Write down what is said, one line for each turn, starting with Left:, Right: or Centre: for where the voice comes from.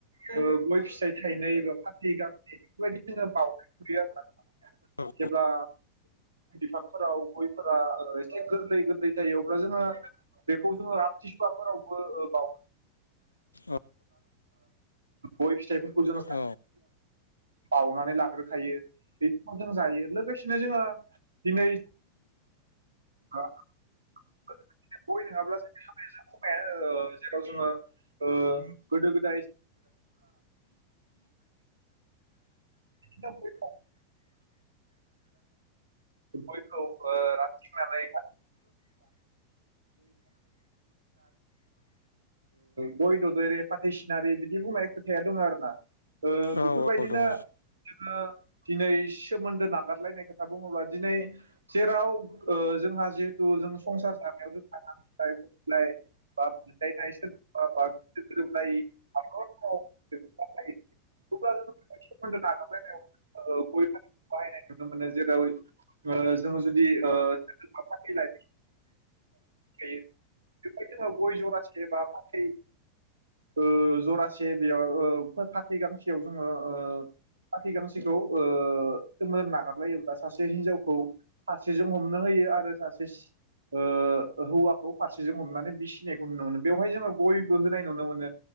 Right: गय फिसाइ थायनै बा फाथै गाखि बेफोरबायदि जोङो बावनाय नुयो आर ना
Left: औ
Right: जेब्ला बिफांफोराव गयफोरा गोरलै गोरलै जायो अब्ला जोङो बेखौ जोङो <unintelligible> न मोन आरो
Left: औ
Right: गय फिथाइफोरखौ जों
Left: औ
Right: बावउनानै लाग्रोखायो बेफोर जों जायो लोगोसेनो जोंहा दिनै <unintelligible> गय जाब्लासो <unintelligible> जेराव जोङो ओ गोदो गोदाय <unintelligible> गयखौ राखिनानै <unintelligible> <unintelligible> गय ददेरे, फाथै सिनारि बिदि बुंनाय खोथाया दङ आरो ना ओ
Left: औ
Right: बेफोरबायदिनो
Left: औ दङ
Right: जोङो दिनै सोमोन्दो नागारलायनाय खोथा बुङोब्ला दिनै जेराव जोंहा जिहेथु जों संसार जानायाव जों नांलाय-खमलाय बा बुलायनाय बा सोरबाजोंबा गोरोबलायिखौ गाज्रि मोननायाव सोमोन्दो नागारलायनायाव गय-फाथैखौ बाहायनाय नुनो मोनो जेराव ओ जोङो जुदि सोरजोंबा फाथै लाइ बेवहाय जोङो गय जरासे बा फाथै ओ जरासे बेयाव ओ फाथै गांसेयाव जोङो फाथै गांसेखौ ओ सोमोन्दो नागारलायोब्ला सासे हिनजावखौ फारसेजों हमनो होयो आरो सासे ओ हौवाखौ फारसेजों हमनानै बिसिनायखौ नुनो मोनो बेवहाय जोङो गयबो होनाय नुनो मोनो।